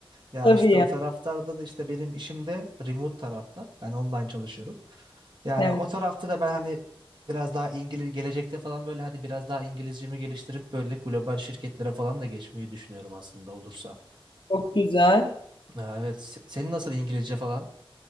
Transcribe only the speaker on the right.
Ya
işte
o taraflarda da işte benim işim de remote tarafta. Ben online çalışıyorum. Yani
o tarafta da ben hani biraz daha İngiliz gelecekte falan böyle hani biraz daha İngilizcemi geliştirip böyle global şirketlere falan da geçmeyi düşünüyorum aslında olursa.
Ya evet se- senin nasıl İngilizce falan?